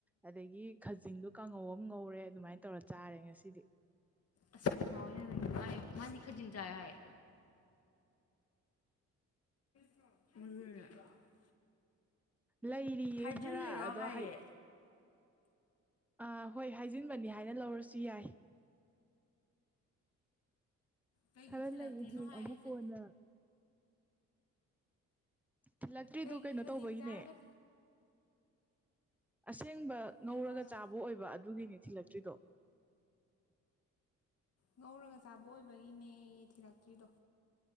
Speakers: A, in the centre; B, on the left.
A: ꯑꯗꯒꯤ ꯈꯖꯤꯡꯗꯣ ꯀꯥꯡꯉꯧ ꯑꯃ ꯉꯧꯔꯦ ꯑꯗꯨꯃꯥꯏꯅ ꯇꯧꯔꯦ ꯈꯔ ꯆꯥꯔꯦ ꯉꯁꯤꯗꯤ
B: ꯑꯁꯃꯥꯣꯏꯅ ꯅꯪꯥꯏ ꯃꯥꯗꯤ ꯈꯖꯤꯡ ꯆꯥꯏ ꯍꯥꯏ ꯎ
A: ꯂꯩꯔꯤꯌꯦ
B: ꯍꯥꯏꯖꯤꯜꯂꯤꯔꯣ
A: ꯈꯔ ꯑꯗꯣ
B: ꯍꯥꯏꯌꯦ
A: ꯍꯌꯦ ꯑꯥ ꯍꯣꯏ ꯍꯥꯏꯖꯤꯟꯕꯅꯤ ꯍꯥꯏꯅ ꯂꯧꯔꯁꯨ ꯌꯥꯏ
B: ꯀꯩꯒꯤ
A: ꯈꯔ
B: ꯊꯤꯜꯂꯛꯇ꯭ꯔꯤꯅꯣ
A: ꯂꯩꯌꯦ ꯍꯌꯦꯡ
B: ꯍꯥꯏꯌꯦ
A: ꯑꯃꯨꯛ
B: ꯏꯆꯦ
A: ꯀꯣꯟꯅ ꯊꯤꯜꯂꯛꯇ꯭ꯔꯤꯗꯨ
B: ꯀꯩꯒꯤ
A: ꯀꯩꯅꯣ
B: ꯈꯖꯤꯡ
A: ꯇꯧꯕꯒꯤꯅꯦ
B: ꯆꯥꯔꯒ
A: ꯁꯦꯡꯕ ꯉꯧꯔꯒ
B: ꯍꯥꯏꯔꯛꯑꯣ ꯍꯥꯏꯔꯣ
A: ꯆꯥꯕ ꯑꯣꯏꯕ ꯑꯗꯨꯒꯤꯅꯤ ꯊꯤꯜꯂꯛꯇ꯭ꯔꯤꯗꯣ
B: ꯉꯧꯔꯒ ꯆꯥꯕ ꯑꯣꯏꯕꯒꯤꯅꯦꯌꯦ ꯊꯤꯜꯂꯛꯇ꯭ꯔꯤꯗꯣ